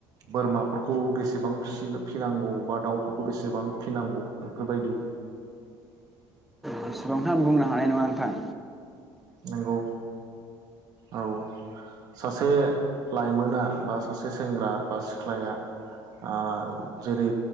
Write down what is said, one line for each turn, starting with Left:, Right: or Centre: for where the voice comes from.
Right: बोरमाफोरखौ बेसेबां फि-फिनांगौ बा दाउफोरखौ बेसेबां फिनांगौ बेफोरबायदि?
Centre: बेसेबांखौ आं बुंनो हानाय नङा नोंथां।
Right: नंगौ औ सासे लाइमोना बा सासे सेंग्रा बा सिख्लाया ओ जेरै